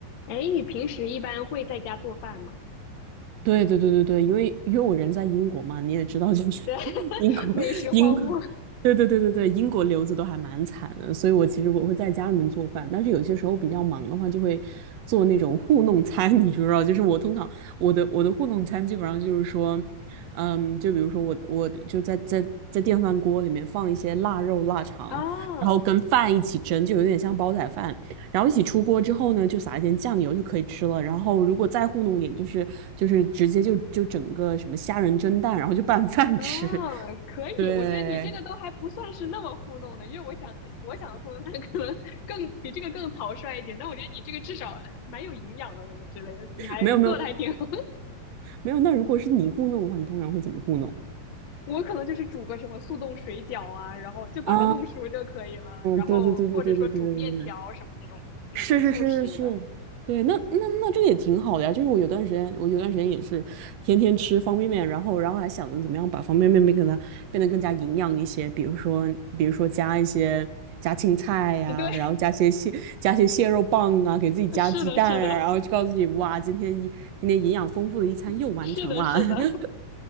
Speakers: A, on the left; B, on the right.
A: 哎，你平时一般会在家做饭吗？
B: 对对对对对，因为因为我人在英国嘛，你也知道，就是
A: <laughs> 对，
B: <laughs> 英国英国，
A: 美食荒漠。
B: 对对对对对，英国留子都还蛮惨的，所以我其实我会在家里面做饭，但是有些时候比较忙的话，就会做那种糊弄餐，<laughs> 你知不知道？就是我通常我的我的糊弄餐基本上就是说，嗯，就比如说我我就在在在电饭锅里面放一些腊肉、腊肠，
A: 啊
B: 然后跟饭一起蒸，就有点像煲仔饭。然后一起出锅之后呢，就撒一点酱油就可以吃了。然后如果再糊弄点，就是就是直接就就整个什么虾仁蒸蛋，然后就拌 <laughs> 饭吃。
A: 啊，
B: <laughs>
A: 可以，
B: 对，
A: 我觉得你这个都还不算是那么糊弄的，因为我想的，我想的糊弄饭可能更比这个更草率一点，但我觉得你这个至少还蛮有营养的，感觉之类的，你还做的还挺好。
B: 没有没有
A: <laughs>
B: 没有，那如果是你糊弄的话，你通常会怎么糊弄？
A: 我可能就是煮个什么速冻水饺啊，然后就把它弄熟就可以了，
B: 啊，
A: 然后或者说煮面条什么那种那种速食的。
B: 对对对对对对对对对，是是是是是，对，那那那这个也挺好的呀。就是我有段时间，我有段时间也是天天吃方便面，然后然后还想着怎么样把方便面变给它变得更加营养一些，比如说比如说加一些加青菜呀、
A: <laughs> 对，
B: 然后加些蟹加些蟹肉棒啊，给自己加鸡蛋啊，
A: 是的，是的，
B: 然后就告诉自己哇，今天一今天营养丰富的一餐又完成了。
A: <laughs> 是的，是的。
B: <laughs>